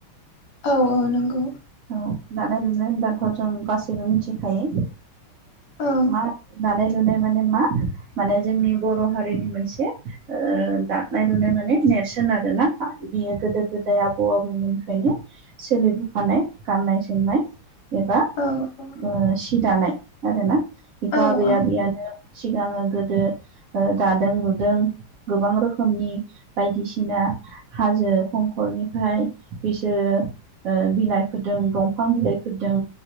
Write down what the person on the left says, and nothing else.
औ औ नंगौ
औ
औ औ
औ
औ